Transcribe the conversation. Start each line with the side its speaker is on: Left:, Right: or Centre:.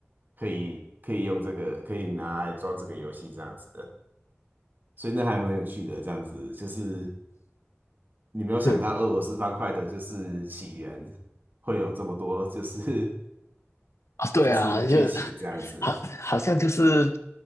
Right: 可以可以用这个，可以拿来装这个游戏这样子的，所以那还蛮有趣的。这样子就是你没有想到俄罗斯方块的就是起源会有这么多，
Left: 对
Right: 就是 <laughs>
Left: 啊、对啊就
Right: 就是剧情这样子。
Left: 好好像就是